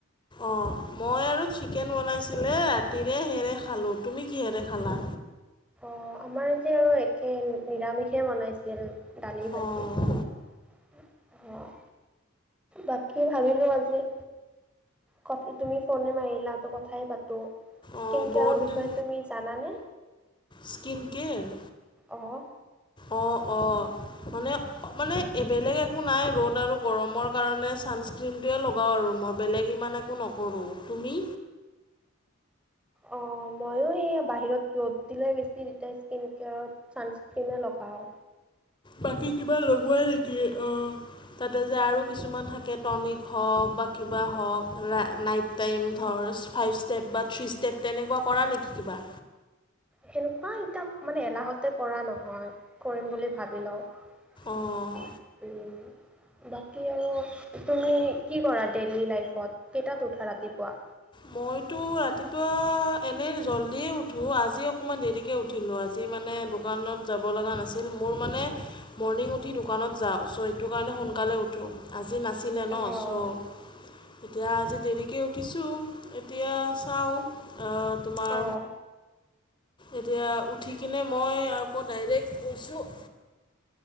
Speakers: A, on the left (about 25°); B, in the centre.
A: অঁ', মই আৰু চিকেন বনাইছিলে ৰাতিৰে সেৰে খালোঁ, তুমি কিহেৰে খালা?
B: অঁ আমাৰ আজি আৰু একে নিৰামিষে বনাইছিল। দালি ভাজি।
A: অঁ
B: অঁ, বাকী ভাবিলো আজি- ক তুমি ফোনে মাৰিলাটো কথাই পাতোঁ স্কিন
A: অঁ বহুত
B: কেয়াৰৰ বিষয়ে
A: দিন
B: তুমি জানানে?
A: Skin care.
B: অঁ'
A: অঁ' অঁ'। মানে মানে বেলেগ একো নাই ৰ'দ আৰু গৰমৰ কাৰণে চানস- ক্ৰীমটোৱে লগাওঁ আৰু মই বেলেগ ইমান একো নকৰোঁ তুমি?
B: অঁ', ময়ো সেইয়া বাহিৰত ৰ'দ দিলে বেছি তেতিয়া স্কিন কেয়াৰত- ছানচ স্ক্ৰীমে লগাওঁ।
A: বাকী কিবা লগোৱা নেকি, অঁ'। তাতে যে আৰু কিছুমান থাকে টনিক হওক বা কিবা হওক লা নাইট টাইম ধৰ ফাইভ ষ্টেপ বা থ্ৰী ষ্টেপ তেনেকোৱা কৰা নেকি কিবা?
B: সেনেকোৱা এতিয়া মানে এলাহতে কৰা নহয় কৰিম বুলি ভাবি লও। উম,
A: অঁ
B: বাকী আৰু তুমি কি কৰা ডেইলী লাইফত কেইটাত উঠা ৰাতিপুৱা?
A: মইতো ৰাতিপুৱা এনেই জল্ডিয়ে উঠো আজি অকণমান দেৰি কে উঠিলো আজি মানে দোকানত যাব লগা নাছিল মোৰ মানে মৰ্ণিং উঠি দোকানত যাও চ' ইটোৰ কাৰণে সোনকালে উঠো আজি নাছি লে ন
B: অ',
A: চ' এতিয়া আজি দেৰিকৈ উঠিছো। এতিয়া চাও অ তোমাৰ
B: অ',
A: এতিয়া উঠি কিনে মই আকৌ ডাইৰেক্ট গৈছো